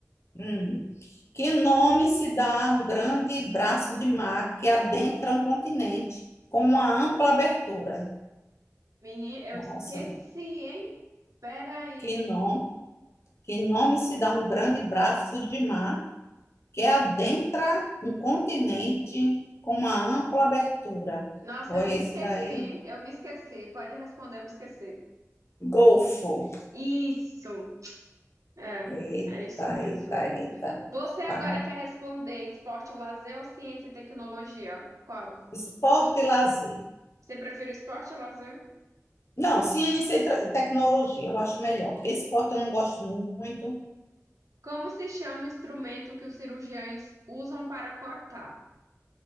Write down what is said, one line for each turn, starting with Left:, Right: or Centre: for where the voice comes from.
Left: Hum. Que nome se dá a um grande braço de mar que adentra um continente com uma ampla abertura?
Right: Menina, eu
Left: Nossa,
Right: esqueci, hein? Peraí.
Left: que nome, que nome se dá a um grande braço de mar que adentra um continente com uma ampla abertura?
Right: Nossa,
Left: Ou
Right: eu
Left: é
Right: me
Left: esse
Right: esqueci,
Left: daí?
Right: hein? Eu me esqueci. Pode responder, eu me esqueci.
Left: Golfo.
Right: Isso. É,
Left: Eita,
Right: é isso mesmo.
Left: eita, eita.
Right: Você agora
Left: Tá.
Right: quer responder esporte ou lazer ou ciência e tecnologia? Qual?
Left: Esporte e lazer.
Right: Você prefere esporte ou lazer?
Left: Não, ciência e tra- e tecnologia, eu acho melhor, porque esporte eu não gosto muito.
Right: Como se chama o instrumento que os cirurgiões usam para cortar?